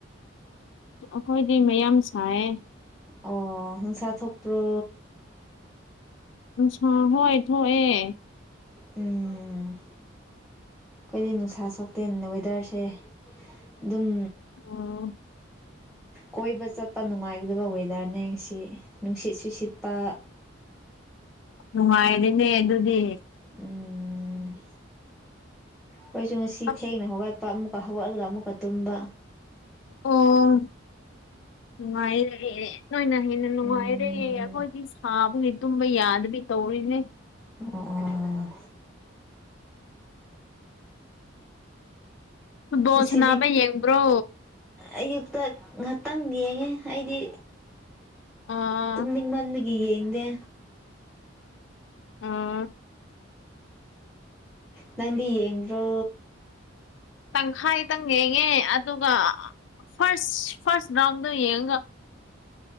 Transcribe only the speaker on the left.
ꯑꯩꯈꯣꯏꯗꯤ ꯃꯌꯥꯝ ꯁꯥꯏ
ꯑꯆꯥꯥ ꯍꯣꯏ ꯊꯣꯛꯑꯦ
ꯎꯝ
ꯅꯨꯡꯉꯥꯏꯔꯤꯅꯦ ꯑꯗꯨꯗꯤ
ꯑꯁ
ꯑꯣ ꯅꯨꯡꯉꯥꯏꯔꯦ ꯅꯣꯏꯅ ꯍꯦꯟꯅ ꯅꯨꯡꯉꯥꯏꯔꯦ
ꯑꯩꯈꯣꯏꯗꯤ ꯁꯥꯕꯗꯤ ꯇꯨꯝꯕ ꯌꯥꯗꯕꯤ ꯇꯧꯔꯤ ꯏꯅꯤ
ꯐꯨꯠꯕꯣꯜ
ꯁꯅꯕ ꯌꯦꯡꯕ꯭ꯔꯣ
ꯑꯥ
ꯎꯝ
ꯇꯪꯈꯥꯏꯇꯪ ꯌꯦꯡꯉꯦ ꯑꯗꯨꯒ ꯐꯁ ꯐꯁ ꯔꯥꯎꯟꯗ ꯌꯦꯡꯒ